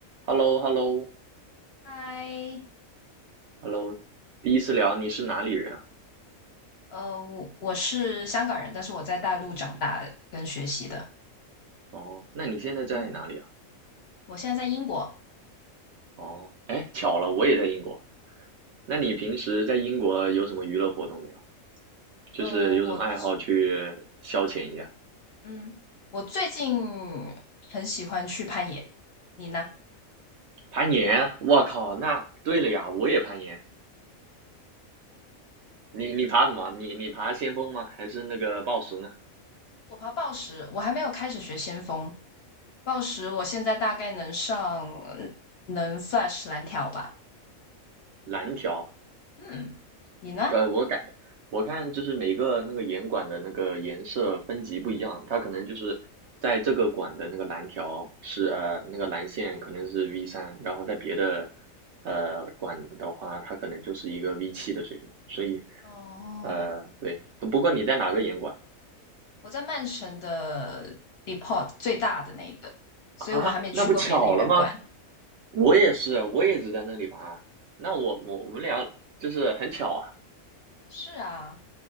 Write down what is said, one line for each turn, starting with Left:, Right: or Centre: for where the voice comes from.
Right: h e l l o h e l l o
Left: 嗨，
Right: h e l l o 第一次聊你是哪里人啊？
Left: 呃，我我是香港人，但是我在大陆长大跟学习的。
Right: 哦，那你现在在哪里啊？
Left: 嗯，我现在在英国。
Right: 哦，哎，巧了，我也在英国。那你平时在英国有什么娱乐活动没有？就是有什么爱好去消遣一下？
Left: 呃，我最嗯，我最近很喜欢去攀岩。你呢？
Right: 攀岩？我靠，那对了呀，我也攀岩。你你爬什么？你你爬先锋吗？还是那个抱石呢？
Left: 我爬抱石，我还没有开始学先锋。抱石，我现在大概能上能 Flash 蓝条吧。
Right: 蓝条？
Left: 嗯，你呢？
Right: 呃，我改了，我看就是每个那个严管的那个颜色分级不一样，它可能就是在这个管的那个蓝条是呃那个蓝线可能是 V 三，然后在别的呃管的话，它可能就是一个 V 七的水平，所以
Left: 哦，
Right: 呃对，不过你在哪个严管
Left: 我在曼城的 Depot 最大的那个，所以我还没去过别的园馆。
Right: 啊？那不巧了吗？我也是，我也只在那里爬，那我我我们俩就是很巧啊，
Left: 是啊。